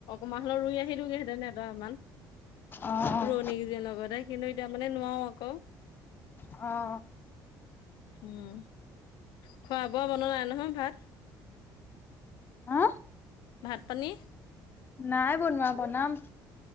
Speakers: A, on the left (about 75°); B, on the left (about 30°).
A: মই হলো ৰুই আহিলগে হেতেন এদৰামান
B: অ', অ',
A: ৰুৱনি কেইজনী লগতে কিন্তু এতিয়া মানে নোৱাৰো আক।
B: অ
A: উম, খোৱা বোৱা বনোৱা নাই নহয় ভাত
B: হাআ
A: ভাত পানী
B: নাই বনোৱা বনাম।